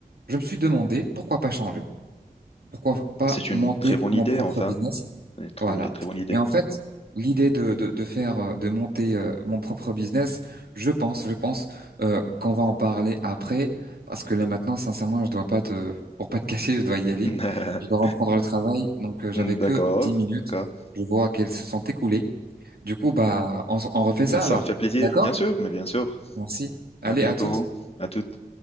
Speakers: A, on the right (about 75°); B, on the left (about 40°).
A: je me suis demandé pourquoi pas changer, pourquoi pas
B: C'est une
A: monter
B: très bonne
A: mon
B: idée,
A: propre
B: enfin.
A: business.
B: Une trop-
A: Voilà.
B: une très bonne idée.
A: Et en fait, l'idée de, de, de faire, euh, de monter euh, mon propre business, je pense, je pense euh, qu'on va en parler après, parce que là maintenant, sincèrement, je dois pas te, pour pas te cacher, je dois y aller.
B: <laughs>
A: Je dois reprendre le travail, donc euh, j'avais
B: D'accord,
A: que 10 minutes.
B: d'accord.
A: Je vois qu'elles se sont écoulées. Du coup, bah, on, s- on refait ça
B: Ça
A: alors.
B: me fait plaisir,
A: D'accord?
B: bien sûr, mais bien sûr.
A: Merci. Allez,
B: À bientôt,
A: à toutes.
B: à toutes.